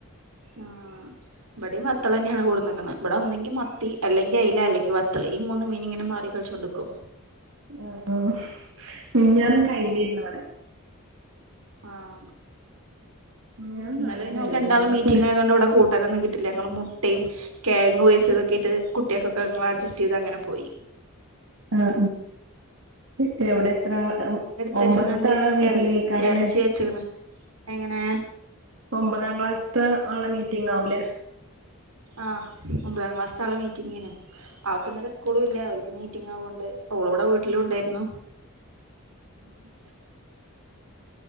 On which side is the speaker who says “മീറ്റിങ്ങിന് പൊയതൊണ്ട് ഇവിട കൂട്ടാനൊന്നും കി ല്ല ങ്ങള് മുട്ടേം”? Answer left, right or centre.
Right